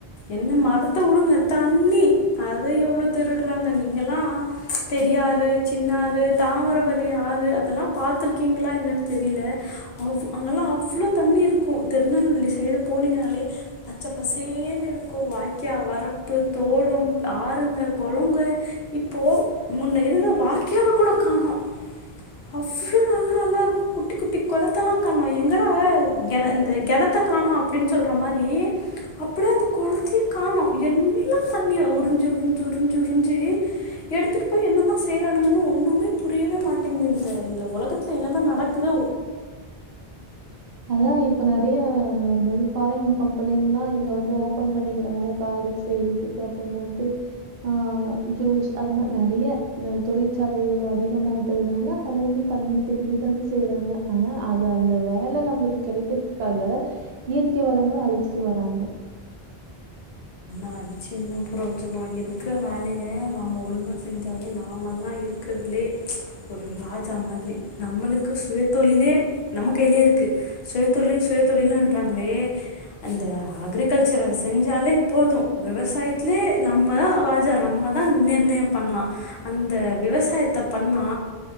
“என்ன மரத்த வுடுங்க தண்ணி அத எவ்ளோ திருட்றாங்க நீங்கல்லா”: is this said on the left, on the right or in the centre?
Left